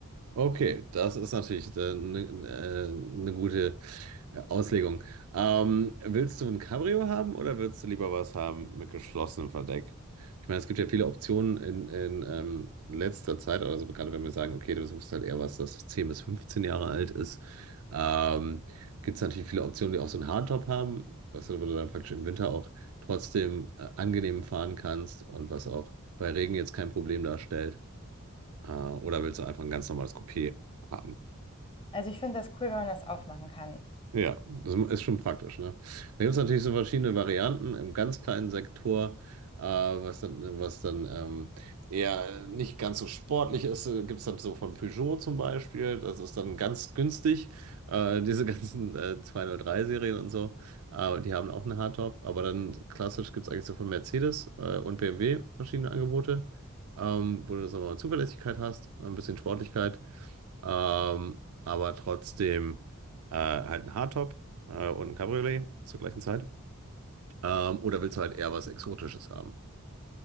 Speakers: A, on the right (about 80°); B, on the left (about 25°).
A: Okay, das ist natürlich eine äh, ne gute äh, Auslegung. Ähm, willst du ein Cabrio haben oder willst du lieber was haben mit geschlossenem Verdeck? Ich meine, es gibt ja viele Optionen in, in ähm, letzter Zeit, also gerade wenn wir sagen, okay, du suchst halt eher was, das 10 bis 15 Jahre alt ist, ähm, gibt es natürlich viele Optionen, die auch so einen Hardtop haben, was du, wo du dann praktisch im Winter auch trotzdem äh, angenehm fahren kannst und was auch bei Regen jetzt kein Problem darstellt. Äh, oder willst du einfach ein ganz normales Coupé haben?
B: Also ich finde das cool, wenn man das aufmachen kann.
A: Ja, das ist schon praktisch, ne? Da gibt es natürlich so verschiedene Varianten im ganz kleinen Sektor, äh, was dann, was dann ähm, eher nicht ganz so sportlich ist. Gibt es dann so von Peugeot zum Beispiel, das ist dann ganz günstig. Äh, <laughs> diese ganzen äh, 203-Serien und so, äh, die haben auch eine Hardtop. Aber dann klassisch gibt es eigentlich so von Mercedes äh, und BMW verschiedene Angebote, ähm, wo du, sagen wir mal, Zuverlässigkeit hast, ein bisschen Sportlichkeit. Ähm, aber trotzdem äh, halt ein Hardtop äh, und ein Cabriolet zur gleichen Zeit. Ähm, oder willst du halt eher was Exotisches haben?